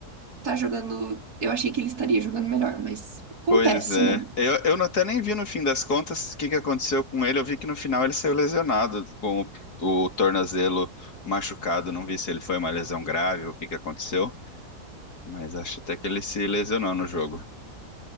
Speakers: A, on the right; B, on the left.
A: estar jogando. Eu achei que ele estaria jogando melhor, mas acontece,
B: Pois é.
A: né?
B: Eu, eu não- até nem vi no fim das contas o que que aconteceu com ele. Eu vi que no final ele saiu lesionado, com o, o tornozelo machucado. Não vi se ele foi uma lesão grave ou o que que aconteceu. Mas acho até que ele se lesionou no jogo.